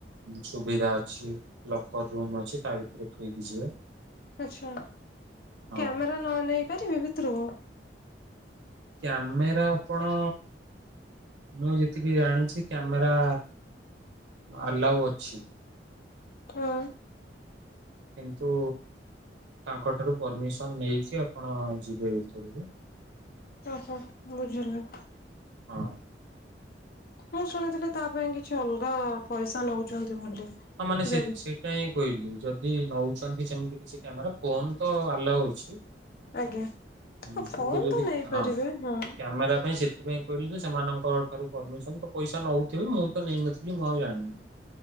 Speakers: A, on the right; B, on the left.
A: ସୁବିଧା ଅଛି ଲକର ରୁମ ଅଛି ତା ଭିତରେ ଥୋଇକି ଯିବେ।
B: ଆଛା
A: ହଁ।
B: କ୍ୟାମେରା ନ ନେଇପାରିବି ଭିତରକୁ
A: କ୍ୟାମେରା ଆପଣ। ମୁଁ ଯେତିକି ଜାଣିଛି କ୍ୟାମେରା ଆଲାଉ ଅଛି।
B: ହଁ
A: କିନ୍ତୁ ତାଙ୍କ ଠାରୁ ପରମିସନ ନେଇକି ଆପଣ ଯିବେ ଭିତରକୁ
B: ଓହୋ ବୁଝିଲେ
A: ହଁ
B: ମୁଁ ଶୁଣିଥିଲି ତା ପାଇଁ କିଛି ଅଲଗା ପଇସା ନଉଛନ୍ତି ବୋଲି।
A: ହଁ ମାନେ ସେ
B: ଯଦି
A: ସେଇଟା ହି କହିଲି ଯଦି ନଉ ସେମତି କିଛି କ୍ୟାମେରା ଫୋନ ତ ଆଲଉ ଅଛି
B: ଆଜ୍ଞା
A: ହୁଁ
B: ହ ଫୋନ
A: କିନ୍ତୁ ଯଦି
B: ତ ନେଇପାରିବେ
A: ହଁ
B: ହଁ
A: କ୍ୟାମେରା ପାଇଁ ସେ ସେଥିପାଇଁ କହିଲି ଯେ ସେମାନଙ୍କ ଠାରୁ ପରମିସନ ତ ପଇସା ନଉଥିବେ ମୁଁ ତ ନେଇନଥିଲି ମୁଁ ଆଉ ଜାଣିନି।